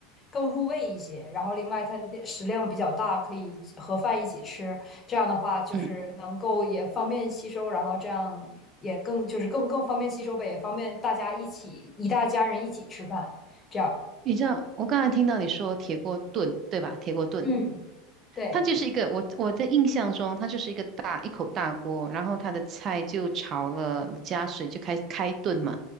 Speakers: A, on the left; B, on the right.
A: 更入味一些。然后另外它食量比较大，可以和饭一起吃。这样的话就是能够也方便吸收，
B: 嗯，
A: 然后这样也更就是更更方便吸收呗，也方便大家一起一大家人一起吃饭。这样，
B: 你知道我刚才听到你说铁锅炖，对吧？铁锅炖，
A: 嗯对。
B: 它就是一个我我的印象中，它就是一个大一口大锅，然后它的菜就炒了，加水就开开炖嘛。